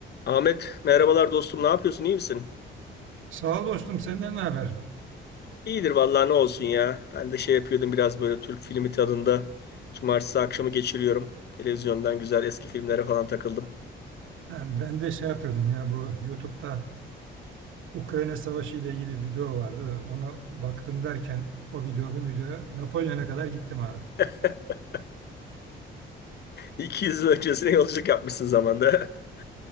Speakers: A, on the left; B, on the right.
A: Ahmet merhabalar dostum ne yapıyorsun iyi misin?
B: Sağ ol dostum senden ne haber?
A: İyidir vallahi ne olsun ya. Ben de şey yapıyordum biraz böyle Türk filmi tadında. Cumartesi akşamı geçiriyorum. Televizyondan güzel eski filmlere falan takıldım.
B: Yani ben de şey yapıyordum ya bu YouTube'da Ukrayna Savaşı ile ilgili video vardı da ona baktım derken o video bu videoya Napolyon'a kadar gittim abi.
A: <laughs> 200 yıl öncesine yolculuk yapmışsın zamanda. <laughs>